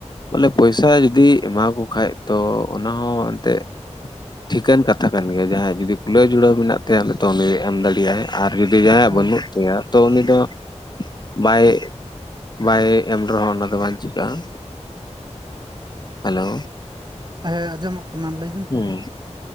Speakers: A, on the left; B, on the right.
A: ᱵᱚᱞᱮ ᱯᱚᱭᱥᱟ ᱡᱩᱫᱤ ᱮᱢᱟᱠᱚ ᱠᱷᱟᱡ ᱛᱚ ᱚᱱᱟ ᱦᱚᱸ ᱮᱱᱛᱮᱜ ᱴᱷᱤᱠᱟᱹᱱ ᱠᱟᱛᱷᱟ ᱠᱟᱱ ᱜᱮᱭᱟ ᱡᱟᱦᱟᱸ ᱡᱩᱫᱤ ᱠᱩᱞᱟᱹᱣ ᱡᱩᱲᱟᱹᱣ ᱢᱮᱱᱟᱜ ᱛᱟᱭᱟ ᱩᱱᱤᱛᱚ ᱩᱱᱤ ᱮᱢ ᱫᱟᱲᱮᱭᱟᱜ ᱟᱭ ᱟᱨ ᱡᱩᱫᱤ ᱡᱟᱦᱟᱸᱭᱟᱜ
B: ᱦᱮᱸ
A: ᱵᱟᱹᱱᱩᱜ ᱛᱟᱭᱟ ᱛᱚ ᱩᱱᱤ ᱫᱚ ᱵᱟᱭ ᱵᱟᱭ ᱮᱢ ᱨᱮᱦᱚᱸ ᱚᱱᱟ ᱫᱚ ᱵᱟᱝ ᱪᱤᱠᱟᱹᱜᱼᱟ ᱦᱮᱞᱳ
B: ᱦᱮᱸ ᱟᱸᱡᱚᱢᱚᱜ ᱠᱟᱱᱟ ᱞᱟᱹᱭᱵᱤᱱ᱾
A: ᱦᱮᱸ